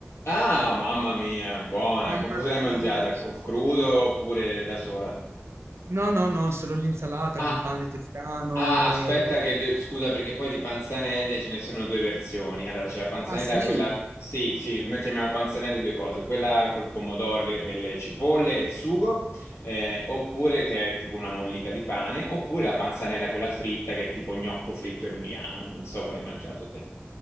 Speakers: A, on the left; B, on the right.
A: Ah, mamma mia, buona.
B: Mamma
A: Con cosa
B: mia.
A: l'hai mangiata? Co- Crudo oppure da sola?
B: No, no, no, solo l'insalata
A: Ah,
B: col pane toscano
A: ah, aspetta
B: e...
A: che... de- Scusa, perché poi di panzanelle ce ne sono due versioni. Allora, c'è la panzanella,
B: Ah sì,
A: quella... Sì, sì, noi chiamiamo panzanelle due cose. Quella col pomodoro le- e le cipolle e il sugo, eh, oppure che è tipo una mollica di pane, oppure la panzanella quella fritta che è tipo gnocco fritto emiliano. Non so quale hai mangiato te.